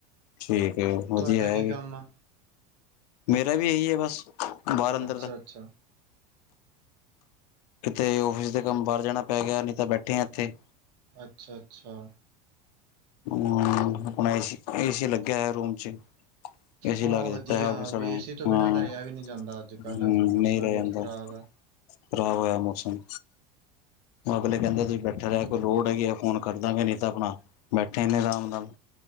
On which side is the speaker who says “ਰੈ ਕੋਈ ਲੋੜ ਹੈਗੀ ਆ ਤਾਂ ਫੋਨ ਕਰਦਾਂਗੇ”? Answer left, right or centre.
Left